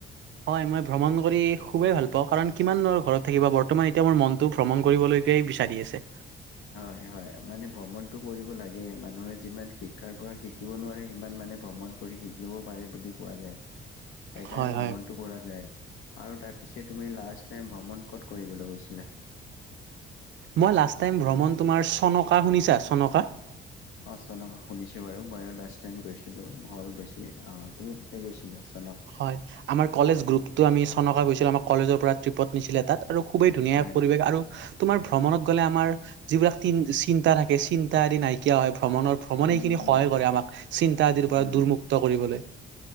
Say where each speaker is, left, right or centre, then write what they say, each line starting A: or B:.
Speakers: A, on the right; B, on the left.
A: হ'য়, মই ভ্ৰমণ কৰি খুবেই ভাল পাওঁ কাৰণ কিমাননো আৰু ঘৰত থাকিবা বৰ্তমান এতিয়া মোৰ মনটো ভ্ৰমণ কৰিবলে এতিয়াই বিচাৰি আছে
B: হ'য়, হ'য় মানে ভ্ৰমণটো কৰিব লাগে। মানুহে যিমান শিক্ষাৰ পৰা শিকিব নোৱাৰে সিমান মানে ভ্ৰমণ কৰি শিকিব পাৰে বুলি কোৱা যায়। সেইকাৰণে
A: হয়
B: ভ্ৰমণটো
A: হয়
B: কৰা যায়। আৰু তাৰপিছে, তুমি লাষ্ট টাইম ভ্ৰমণ ক'ত কৰিবলৈ গৈছিলা?
A: মই লাষ্ট টাইম ভ্ৰমণ তোমাৰ, চনকা শুনিছা চনকা?
B: অ, চনকা শুনিছো বাৰু, মই লাষ্ট টাইম গৈছিলো হ'ল বেছি অ তুমি তেতিয়া গৈছিলা চোন?
A: হয়, আমাৰ কলেজ গ্ৰুপতো আমি চনকা গৈছিলো, আমাৰ কলেজৰ পৰা ট্ৰিপত নিছিলে তাত আৰু খুবেই ধুনীয়া
B: হয়নে?
A: পৰিৱেশ আৰু তোমাৰ ভ্ৰমণত গ'লে আমাৰ যিবিলাক চিন্তা থাকে চিন্তা আদি নাইকিয়া হয়, ভ্ৰমণৰ-ভ্ৰমণে
B: উম,
A: এইখিনি সহায়
B: উম,
A: কৰে আমাক, চিন্তা আদিৰ পৰা
B: উম,
A: দুৰ্মুক্ত কৰিবলৈ।